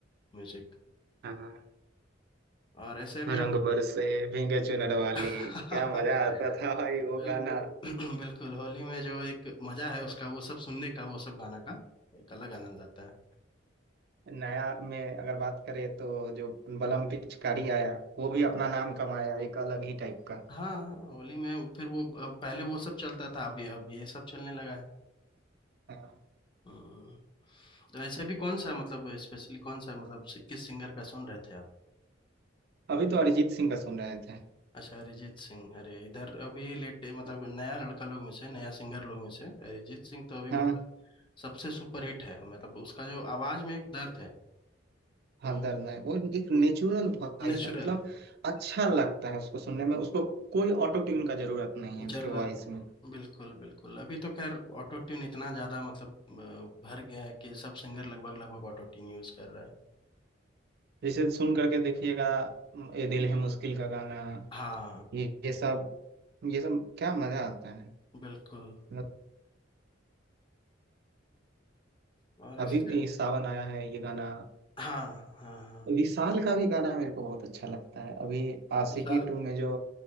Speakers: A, on the left (about 25°); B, on the right (about 55°).
A: म्यूजिक
B: हाँ
A: और ऐसे भी आप
B: रंग बरसे भीगे चुनर वाली
A: <laughs>
B: क्या मजा आता था भाई वो
A: बिल्कुल
B: गाना
A: <clears throat> बिल्कुल होली में जो एक मजा है उसका वो सब सुनने का वो सब गाना का एक अलग आनंद आता है
B: नया में अगर बात करें तो जो बलम पिचकारी आया वो भी अपना नाम कमाया एक अलग ही टाइप का
A: हाँ हाँ होली में फिर वो अ, पहले वो सब चलता था अब ये अब ये सब चलने लगा है
B: हाँ,
A: हम्म, तो ऐसे अभी कौन सा मतलब स्पेशली कौन सा मतलब सि- किस सिंगर का सुन रहे थे आप
B: अभी तो अरिजीत सिंह का सुन रहे थे
A: अच्छा अरिजीत सिंह अरे इधर अभी लेटे मतलब नया लड़का लोग में से नया सिंगर लोग में से अरिजीत सिंह तो अभी
B: हाँ
A: मतलब सबसे सुपरहिट है मतलब उसका जो आवाज में एक दर्द है
B: हाँ
A: वो
B: दर्द है वो एक नेचुरल वॉइस
A: नेचुरल
B: है मतलब अच्छा लगता है उसको सुनने में उसको कोई ऑटो ट्यून का जरूरत नहीं है उसके
A: जरूरत
B: वॉइस
A: नहीं
B: में
A: है बिल्कुल बिल्कुल अभी तो खैर ऑटो ट्यून इतना ज्यादा मतलब अ, भर गया है कि सब सिंगर लगभग लगभग ऑटो ट्यून यूज कर रहा है
B: जैसे सुन करके देखिएगा म, ये दिल है मुश्किल का गाना
A: हाँ
B: ये ये सब ये सब क्या मजा आता है
A: बिल्कुल
B: मतलब
A: और
B: अभी
A: ऐसे
B: भी सावन आया है ये गाना
A: हाँ हाँ हाँ
B: विशाल का भी गाना मेरे को बहुत अच्छा लगता है अभी आशिकी
A: विशाल
B: टू में जो